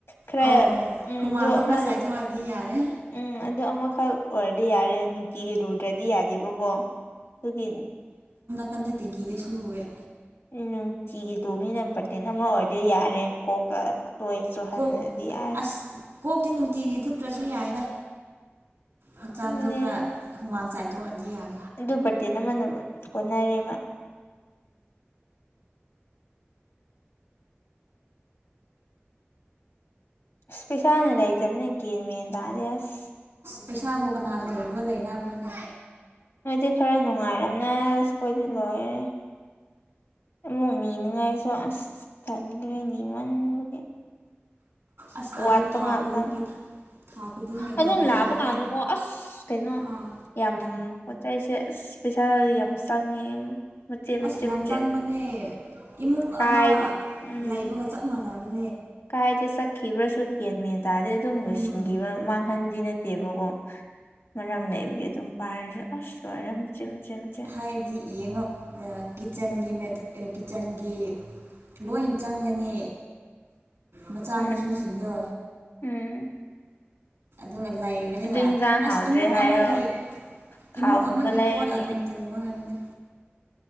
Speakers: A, on the left; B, on the right.
A: ꯈꯔ
B: ꯑꯧ
A: ꯎꯝ
B: ꯍꯨꯃꯥꯡꯗꯣ
A: ꯑꯗꯨ ꯑꯃ
B: ꯈꯔ ꯆꯥꯏꯊꯣꯛꯑꯗꯤ ꯌꯥꯔꯦ
A: ꯎꯝ ꯑꯗꯨ ꯑꯃꯈꯛ ꯑꯣꯏꯔꯗꯤ ꯌꯥꯔꯦ ꯅꯨꯡꯇꯤꯒꯤ ꯂꯨꯗ꯭ꯔꯗꯤ ꯌꯥꯗꯦꯕꯀꯣ ꯑꯗꯨꯒꯤ
B: ꯀꯟꯅ ꯇꯦꯡꯀꯤꯗ ꯁꯨꯔꯨꯔꯦ
A: ꯎꯝ ꯅꯨꯡꯇꯤꯒꯤ ꯇꯣꯕꯅꯤꯅ ꯕꯀꯦꯠ ꯑꯃ ꯗꯤ ꯌꯥꯔꯦ ꯀꯣꯛꯀ ꯇꯣꯏꯁꯨꯍꯟꯟꯅꯗꯤ
B: ꯀꯣꯛ
A: ꯌꯥꯔꯦ
B: ꯑꯁ ꯀꯣꯛꯇꯤ ꯅꯨꯡꯇꯤꯒꯤ ꯊꯨꯞꯇ꯭ꯔꯁꯨ ꯌꯥꯏꯗ ꯍꯛꯆꯥꯡꯗꯣ
A: ꯑꯗꯨꯅꯦ
B: ꯈꯔ ꯍꯨꯃꯥꯡ ꯆꯥꯏꯊꯣꯛꯑꯗꯤ ꯌꯥꯔꯦ
A: ꯑꯗꯨ ꯕꯥꯔꯇꯦꯟ ꯑꯃꯅ ꯀꯣꯟꯅꯔꯦꯕ ꯑꯁ ꯄꯩꯁꯥꯅ ꯂꯩꯇꯕꯅꯦ ꯀꯦꯟ ꯃꯦꯟ ꯇꯥꯗꯦ ꯑꯥꯁ
B: ꯄꯩꯁꯥꯕꯣ ꯀꯅꯥ ꯂꯩꯕ ꯂꯩꯅꯕ꯭ꯔꯅꯦ
A: ꯅꯣꯏꯗꯤ ꯈꯔ ꯅꯨꯡꯉꯥꯏꯔꯝꯅꯦ ꯑꯁ ꯑꯩꯈꯣꯏꯗꯤ ꯂꯣꯏꯔꯦ ꯑꯃꯨꯛ ꯅꯤꯅꯨꯡꯉꯥꯏꯁꯨ ꯑꯁ ꯇꯟꯒꯔꯦ ꯅꯤꯃꯟꯕꯒꯤ
B: ꯑꯁ
A: ꯋꯥꯠ
B: ꯑꯗꯨꯝ
A: ꯄ
B: ꯊꯥ
A: ꯉꯥꯛꯇꯥ
B: ꯈꯨꯗꯤꯡꯒꯤ ꯊꯥ ꯈꯨꯗꯤꯡꯒꯤ
A: ꯑꯗꯨꯝ
B: ꯍꯨꯜꯂꯤꯅꯤꯅꯦ
A: ꯂꯥꯛꯑꯕ ꯀꯥꯟꯗꯀꯣ ꯑꯁ ꯀꯩꯅꯣ
B: ꯑꯥ
A: ꯌꯥꯝ ꯄꯣꯠꯆꯩꯁꯦ ꯑꯁ ꯄꯩꯁꯥ ꯌꯥꯝ ꯆꯪꯉꯦ ꯃꯆꯦꯠ
B: ꯑꯁ
A: ꯃꯆꯦꯠ
B: ꯌꯥꯝ
A: ꯃꯆꯦꯠ
B: ꯆꯪꯕꯅꯦ ꯏꯃꯨꯡ
A: ꯀꯥꯏ
B: ꯑꯃ
A: ꯎꯝ
B: ꯂꯩꯕꯒ ꯆꯞ ꯃꯥꯟꯅꯕꯅꯤ
A: ꯀꯥꯏꯗ ꯆꯠꯈꯤꯕ꯭ꯔꯁꯨ ꯀꯦꯟ ꯃꯦꯟ ꯇꯥꯔꯗꯤ ꯑꯗꯨꯝ ꯂꯣꯏꯁꯤꯟꯈꯤꯕ
B: ꯎꯝ
A: ꯃꯥꯡꯍꯟꯕꯗꯤ ꯅꯠ ꯇꯦꯕꯀꯣ ꯃꯔꯝ ꯂꯩꯕꯒꯤ ꯑꯗꯨꯝ ꯄꯥꯏꯔꯁꯨ ꯑꯁ ꯂꯣꯏꯔꯦ ꯃꯆꯦꯠ ꯃꯆꯦꯠ
B: ꯍꯥꯏꯗꯤ ꯌꯦꯡꯉꯣ ꯀꯤꯠꯆꯟꯒꯤꯅꯦ ꯀꯤꯠꯆꯟꯒꯤ ꯂꯣꯏꯟ ꯆꯪꯒꯅꯤ ꯃꯆꯥ
A: ꯎꯝ
B: ꯃꯁꯨꯁꯤꯡꯗꯣ
A: ꯎꯝ
B: ꯑꯗꯨꯒ ꯂꯩꯕꯅꯤꯅ
A: ꯑꯗꯨ ꯍꯤꯟꯖꯥꯡ
B: ꯑꯁ
A: ꯍꯥꯎꯇ꯭ꯔꯦ
B: ꯏꯃꯨꯡ
A: ꯍꯥꯏꯔꯣ
B: ꯑꯃꯒꯤ
A: ꯊꯥꯎꯒꯨꯝꯕ
B: ꯏꯃꯨꯡ ꯑꯃꯒꯤ
A: ꯂꯩꯔꯅꯤ
B: ꯄꯣꯠ ꯑꯗꯨꯝ ꯄꯨꯕ ꯍꯥꯏꯕꯅꯤ